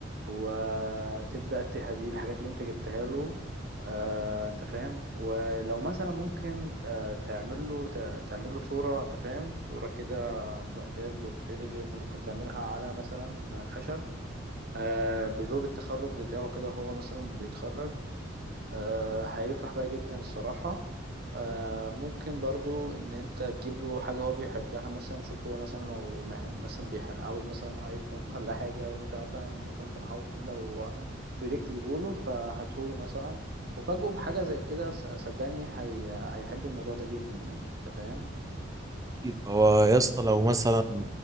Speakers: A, on the right; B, on the right.
A: وتبدا تهديه الحاجات اللي انت جبتها له آه، انت فاهم ولو مثلا ممكن آه، تعمل له تع- تعمل له صوره انت فاهم صوره كده ب- اللي هي البورتريه اللي انت ممكن تعملها على مثلا خشب آه، بالروب التخرج بتاعه كده هو مثلا بيتخرج آه، هيفرح بيها جدا الصراحة آه، ممكن برضو ان انت تجيب له حاجة هو بيحبها مثلا شوف هو مثلا لو مح- مثلا بيح- عاوز مثلا ايفون <laughs> ولا حاجة وانت مثلا كنت محوش مبلغ و- في ايديك تجيبه له فهاتهوله مثلا وفاجئه بحاجة زي كده ص- صدقني هي... هيحب الموضوع ده جدا يعني انت فاهم
B: طيب، هو يا اسطى لو مثلا